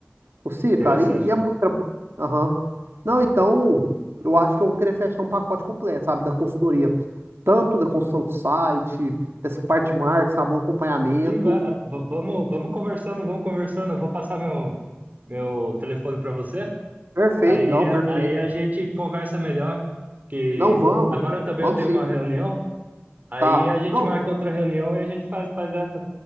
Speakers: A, on the right; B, on the right.
A: Você,
B: interessante.
A: cara, e, e é
B: cara.
A: muito. tra- Aham. Não, então, eu acho que eu vou querer fechar um pacote completo, sabe, da consultoria. Tanto da construção de site, dessa parte de marketing, sabe, um acompanhamento.
B: Sim, va- v- vamos, vamos conversando, vamos conversando. Eu vou passar meu, meu telefone para você.
A: Perfeito,
B: Aí,
A: não, perfeito.
B: aí a gente conversa melhor, que
A: Não, vamos.
B: agora também
A: Vamos
B: eu tenho
A: sim.
B: uma reunião. Aí
A: Tá.
B: a gente
A: Não,
B: marca outra reunião e a gente faz, faz essa.